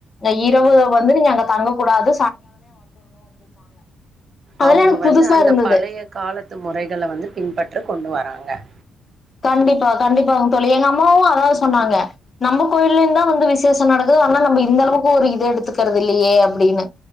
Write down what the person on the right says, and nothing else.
அவங்க
வந்து
அந்த
பழைய காலத்து முறைகள வந்து பின்பற்ற கொண்டு வராங் க